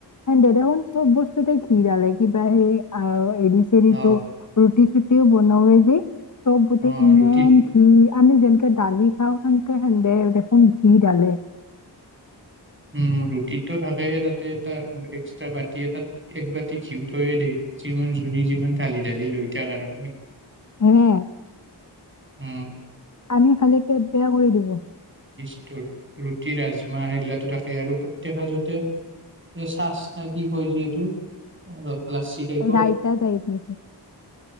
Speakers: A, on the left; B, on the right.
A: এ দে দেখোন চব বস্তু। তে খীৰ লে কিবা সেই আৰত। এ ৰিটো তেৰিটো।
B: অ
A: চুটি চুটিও বনাওঁযে। চবোতে
B: অ
A: ইমান
B: ৰুটিত
A: কি। আমি যেনেকে দালি খাওঁ। খেদে দেখোন ঘি ডালে।
B: উ ৰুটিতো থাকেই তাতে এটা এক্সট্ৰা বাতি এ তাত এক বাতি ঘিউ থৈয়ে দিয়ে। যিমান যো যিমান ঢালি ঢালি লৈ থাক আৰু।
A: উম।
B: উম
A: আমি খালি পেট বেয়া কৰি দিব।
B: ত ৰুটি ৰাজমাহ সেইগিলাো থাকে আৰু প্ৰত্যয়েক সাজতে এই চাজ ন কি কয় যিহেতু অলপ। ক্লাছি টাইপৰ।
A: ৰাইতা টাইপ নেকি